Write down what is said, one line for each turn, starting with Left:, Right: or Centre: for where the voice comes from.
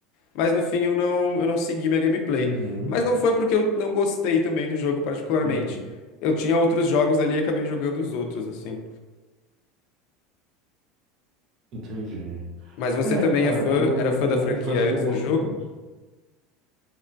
Left: Mas no fim eu não, eu não segui minha gameplay.
Right: Uhum,
Left: Mas não foi porque eu não gostei também do jogo particularmente.
Right: entendi.
Left: Eu tinha outros jogos ali e acabei jogando os outros, assim.
Right: Entendi.
Left: Mas você
Right: É,
Left: também
Right: cara,
Left: é fã,
Right: eu,
Left: era fã
Right: eu
Left: da franquia
Right: confesso
Left: antes
Right: que eu gosto
Left: do jogo?
Right: muito.